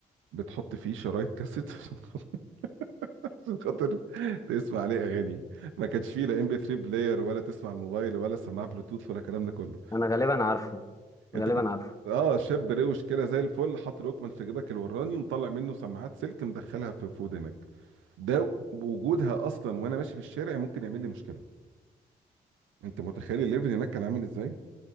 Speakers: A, on the right; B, on the left.
A: بتحط فيه شرايط كاسيت <laughs> عشان خاطر تسمع عليه اغاني ما كانش فيه لا ام بي 3 بلاير ولا تسمع الموبايل ولا سماعه بلوتوث ولا الكلام ده كله
B: أنا غالبا عارفه
A: انت
B: غالبا
A: كنت
B: عارفه
A: اه شاب روش كده زي الفل حاطط الوكمان في جيبك الوراني ومطلع منه سماعات سلك مدخلها في في ودنك ده وجودها اصلا وانا ماشي في الشارع ممكن يعمل لي مشكله انت متخيل الليفل هناك كان عامل ازاي